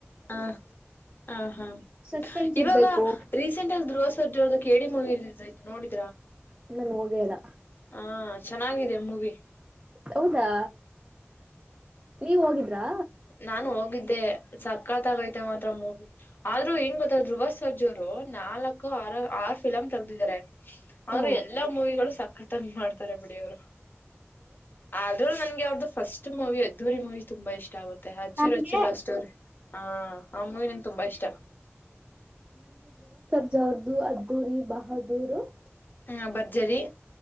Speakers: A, on the left; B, on the right.
A: ಹ ಹ ಹಾ
B: ಸಸ್ಪೆನ್ಸ್
A: ಇವಾಗ
B: ಇರ್ಬೇಕು
A: ರೀಸೆಂಟ್ ಅಲ್ಲಿ ಧ್ರುವ ಸರ್ಜೋದು ಕೇಳಡಿ ಮುಗಿರ್. ನೋಳಡಿ.
B: ಇಲ್ಲಾ ನಾ ಹೋಗೇಲ್ಲ
A: ಹಾ ಚೆನ್ನಾಗಿದೆ ಜಮ್ಮುವೇ
B: ಹೌದಾ ನೀವ್ ಹೋಗಿದ್ರಾ
A: ನಾನು ಹೋಗಿದ್ದೆ ಏ ಸಕತ್ ಆಗೈತೆ ಮಾತ್ರ ಮೂವಿ ಆದ್ರೂ ಹೆಂಗ್ ಗೊತ್ತ ಧ್ರುವ ಸರ್ಜಾ ಅವರು ನಾಲ್ಕು ಆರು ಆರ್ ಫಿಲಮ್ ತೆಗ್ದಿದ್ದಾರೆ ಆದ್ರ
B: ಓ
A: ಎಲ್ಲಾ ಮೂವಿಗಳು ಸಕ್ಕ ಖತಂಬಿ ಮಾಡ್ತಾರೆ ಬಿಡ ಅವ್ರು ಆದ್ರೂ ನನ್ಗೆ ಅವ್ರ್ದು ಫಸ್ಟ್ ಮೂವಿ ಅದ್ದೂರಿ ಮೂವಿ ತುಂಬಾ ಇಷ್ಟ ಆಗುತ್ತೆ ಮತ್ತೆ ಅಚ್ಚು-ರಚ್ಚು
B: ನನಗೆ
A: ಲವ್ ಸ್ಟೋರಿ ಆ ಆ ಮೂವಿ ನನ್ಗೆ ತುಂಬಾ ಇಷ್ಟ
B: ರ್ಜಾ ಅವರದು ಅದ್ದೂರಿ ಬಹ ದೂರು <unintelligible>
A: ಹ ಭರ್ಜರಿ